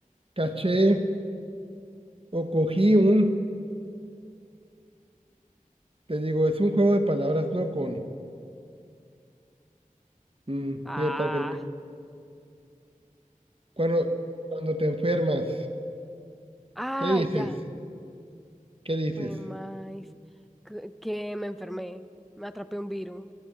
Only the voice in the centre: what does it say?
Ah.
Ay,
ya.
Fue más que que me enfermé, me atrapé un virus,